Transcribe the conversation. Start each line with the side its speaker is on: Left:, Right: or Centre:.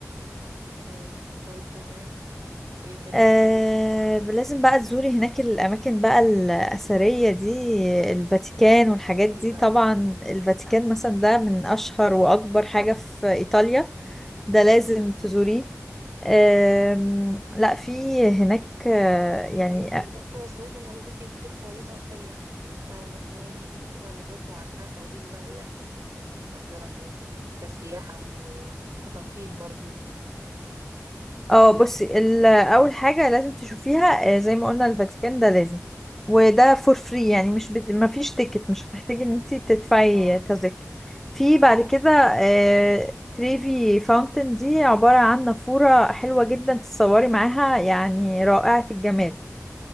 Right: امم طيب تمام ايه كمان
Centre: آه
Right: طيب
Centre: لازم بقى تزوري هناك الاماكن بقى الاثريه دي الفاتيكان
Right: ايوه
Centre: والحاجات
Right: زي ايه
Centre: دي
Right: بقى
Centre: طبعا الفاتيكان مثلا ده من اشهر واكبر حاجه في ايطاليا
Right: امم
Centre: ده لازم تزوريه آم، لا في هناك آه، يعني
Right: الاماكن بتاعتها سمعت ان اماكن كتير كويسة وحلوة آه بس بما انك انت بقى اللي زرتي وعارفاها فقولي لي بقى ايه احسن الاماكن تنفع زيارة هناك كسياحة وكترفيه برضو
Centre: اه بصي ال- اول حاجه لازم تشوفيها آه، زي ما قلنا الفاتيكان ده لازم وده فور فري يعني مش بت... ما فيش تيكت مش هتحتاجي ان انت تدفعي
Right: اه
Centre: تذاكر في بعد كده آه، تريفي فاونتن دي عباره عن نافوره حلوه جدا تتصوري معاها يعني رائعه الجمال